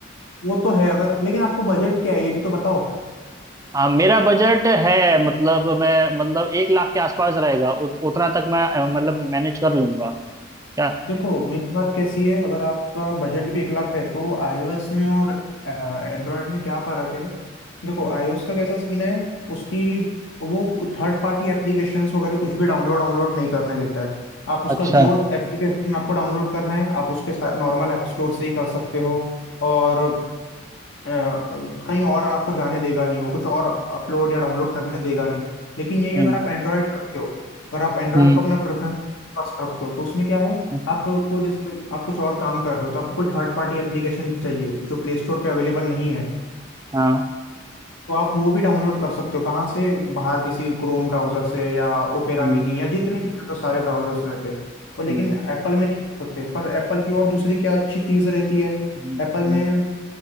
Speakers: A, on the left; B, on the right.
A: वो तो है अगर लेकिन आपका बजट क्या है ये भी तो बताओ
B: हाँ मेरा बजट है मतलब मैं मतलब एक लाख के आसपास रहेगा उत, उतना तक मैं अ, मतलब मैनेज कर लूंगा क्या
A: देखो मेरी बात कैसी है अगर आपका बजट भी एक लाख है तो आईओएस में और एंड्रॉयड में क्या फर्क है देखो आईओएस का कैसा सीन है उसकी वो थर्ड पार्टी एप्लीकेशंस वगैरह कुछ भी डाउनलोड डाउनलोड नहीं करने देता है आप उसका
B: अच्छा
A: जो एप्लीकेशन आपको डाउनलोड करना है आप उसके नॉर्मल ऐप स्टोर से ही कर सकते हो और अ, कहीं और आपको जाने देगा नहीं वो कुछ और अपलोड या डाउनलोड करने देगा नहीं लेकिन यही
B: हम्म
A: अगर आप एंड्रॉयड करते हो अगर आप एंड्रॉयड
B: हम्म
A: को अपना प्रेफरेंस पास रखते हो तो उसमें क्या है
B: हम्म
A: आपको जैसे आप कुछ और काम कर रहे हो तो आपको कोई थर्ड पार्टी एप्लीकेशन चाहिए जो प्ले स्टोर पे अवेलेबल नहीं है
B: हाँ
A: तो आप वो भी डाउनलोड कर सकते हो कहाँ से बाहर किसी क्रोम ब्राउजर से या ओपेरा
B: हम्म
A: मिनी या जितने भी जो सारे ब्राउजर्स रहते हैं वो लेकिन
B: हम्म,
A: एप्पल में नहीं कर सकते पर एप्पल की और दूसरी क्या अच्छी चीज़ रहती है
B: हम्म,
A: एप्पल में